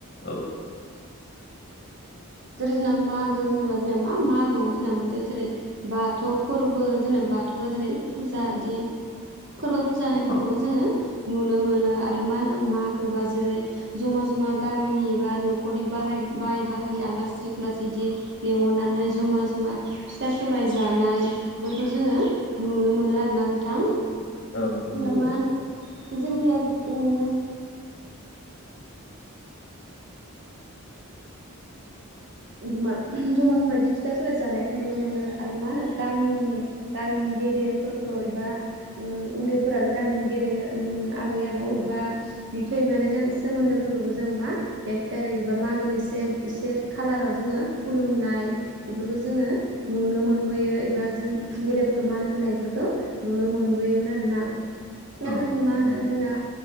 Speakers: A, on the left; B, on the right.
A: औ
B: जेरै- जोंना मागो होनोबा जोंना मा मागो जोंना मोनसे जेरै- बाथौ फोरबो जोंना बाथौफ जेरै- फुजा इदि फोरबो फुजा होनायफोरखौबो
A: औ
B: जोङो। नुनो मोनो आरो मा होनो मागोबा जेरै- जमा जमा गामिनि एबा न'खरनि बाहाय बाहाय बाहाय बाहागि <unintelligible> लेंंहरनानै जमा जमा फिथा सौराय जानाय बेफोरखौ जोङो नुनो मोनो आरोना नोंथां
A: औ नंगौ
B: दा मा होनो जोंनिया ओं उमा जमा जमा इदि फिथा सौराय जानायखौ नुनो मोनो आरो मा होनो गामिनि गामिनि गेदेरफोरखौ एबा ओम उन्दैफोरा गामिनि गेदेर ओम आबै आबौ एबा बिबथै बिमानै जानाय सोमोन्दोफोरखौबो जों मा एक थारिख बा मागोनि से से खालाराव जोङो खुलुमनाय बेफोरखौ जोङो नुनो मोनबोयो एबा जों गेदेरफोरखौ मान होनायफोरखौ नुनो मोनबोयोमोन आरोना। आरो
A: औ
B: जों मा होनो
A: नंगौ
B: जोंना